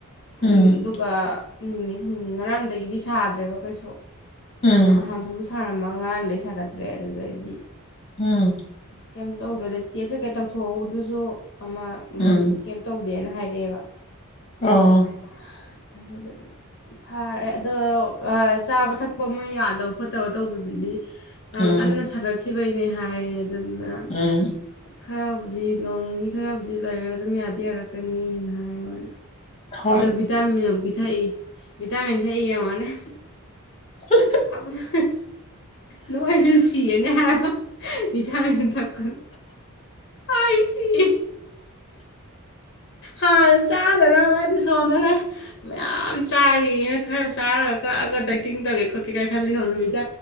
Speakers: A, on the left; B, on the left.
A: ꯎꯝ
B: ꯑꯗꯨꯝ ꯑꯗꯨꯒ ꯅꯨꯃꯤꯠ ꯍꯨꯝꯅꯤ ꯉꯔꯥꯡꯗꯒꯤꯗꯤ ꯁꯥꯗ꯭ꯔꯦꯕ ꯀꯩꯁꯨ
A: ꯎꯝ
B: ꯅꯍꯥꯟ ꯐꯥꯎꯗ ꯁꯥꯔꯝꯃꯒ ꯉꯔꯥꯡꯗꯩ ꯁꯥꯒꯠꯇ꯭ꯔꯦ ꯑꯗꯨꯗꯩꯗꯤ
A: ꯎꯝ
B: ꯀꯩꯝ ꯇꯧꯗ꯭ꯔꯗ ꯇꯦꯁ ꯀꯩꯀꯩ ꯇꯧꯊꯣꯛꯍꯧꯕꯗꯨꯁꯨ ꯑꯃ ꯎ
A: ꯎꯝ
B: ꯀꯩꯝ ꯇꯧ ꯗꯦꯅ ꯍꯥꯏꯔꯛꯑꯦꯕ
A: ꯑꯣ
B: <unintelligible> ꯐꯔꯦ ꯑꯗꯣ ꯆꯥꯕ ꯊꯛꯄ ꯑꯃ ꯌꯥꯗꯕ ꯈꯣꯠꯇꯕ ꯇꯧꯕꯗꯨꯗꯤ ꯌꯥꯝ
A: ꯎꯝ
B: ꯀꯟꯅ ꯁꯥꯒꯠꯈꯤꯕꯩꯅꯦ ꯍꯥꯏꯌꯦ ꯑꯗꯨꯗ
A: ꯎꯝ
B: ꯈꯔꯕꯨꯗꯤ ꯅꯣꯡꯅꯤ ꯈꯔꯕꯨꯗꯤ ꯂꯩꯔꯒ ꯑꯗꯨꯝ ꯌꯥꯗꯤ ꯌꯥꯔꯛꯀꯅꯤ ꯍꯥꯏꯅ ꯍꯥꯏꯌꯦ ꯃꯣꯏꯅ
A: ꯍꯣꯏ
B: ꯑꯗꯣ ꯚꯤꯇꯥꯃꯤꯟ ꯑꯃꯨꯛ ꯄꯤ ꯊꯛꯏ ꯚꯤꯇꯥꯃꯤꯟ ꯊꯛꯏ ꯌꯦꯡꯉꯣꯅꯦ
A: ꯍ
B: ꯇꯥꯕꯗꯤ ꯅꯣꯡ ꯑꯩꯁꯨ ꯁꯤꯔꯅꯤ ꯍꯥꯏꯕ ꯏꯥꯡ ꯍꯊꯀ ꯑꯁꯤ ꯍ ꯆꯥꯗꯅꯅꯤ ꯁꯣꯝꯗꯅ ꯃꯌꯥꯝ ꯆꯥꯔꯤꯅ ꯈꯔ ꯆꯥꯔꯒ ꯀꯛꯑꯒ ꯗ ꯇꯤꯡꯗꯒꯩꯣ ꯀꯥꯏ ꯈꯜ ꯍꯅꯨꯕꯤꯗ